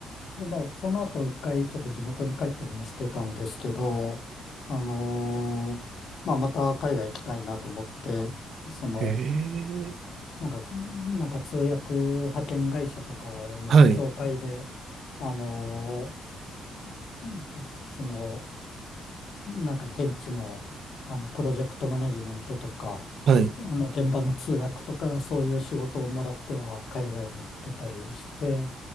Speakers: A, on the left; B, on the right.
A: で、まあ、その後一回ちょっと地元に帰ったりもしてたんですけど、あのーまあ、また海外行きたいなと思って、その、
B: ええ、
A: なんか、なんか通訳派遣会社とかの紹介で、
B: はい、
A: あのーその、なんか現地の、あの、プロジェクトマネジメントとか、
B: はい。
A: あの、現場の通訳とか、そういう仕事をもらっては海外に行ってたりして、